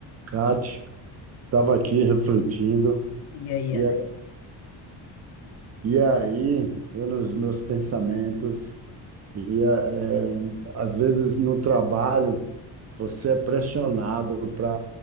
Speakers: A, on the right; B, on the left.
A: Kate, estava aqui refletindo,
B: E aí,
A: e,
B: Alex?
A: a- e aí, eu nos meus pensamentos, e eh, às vezes no trabalho, você é pressionado para